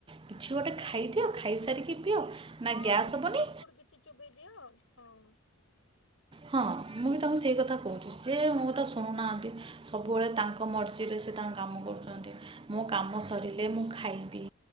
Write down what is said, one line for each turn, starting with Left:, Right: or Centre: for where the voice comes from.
Right: କିଛି ଗୋଟେ ଖାଇଦିଅ ଖାଇସାରିକି ପିଅ ନା
Left: ହଁ,
Right: ଗ୍ୟାସ୍
Left: ବିସ୍କୁଟ୍
Right: ହେବନି
Left: ଫିସ୍କୁଟ୍ କିଛି ଚୋବେେଇ ଦିଅ, ହଁ
Right: ହଁ, ମୁଁ ବି ତାଙ୍କୁ ସେଇ କଥା କହୁଛି। ସି ମୋ କଥା ଶୁଣୁନାହାଁନ୍ତି ସବୁବେଳେ ତାଙ୍କ ଙ୍କ ମର୍ଜିରେ ସେ ତାଙ୍କ କାମ କରୁଛନ୍ତି। ମୋ କାମ ସରିଲେ ମୁଁ ଖାଇବି।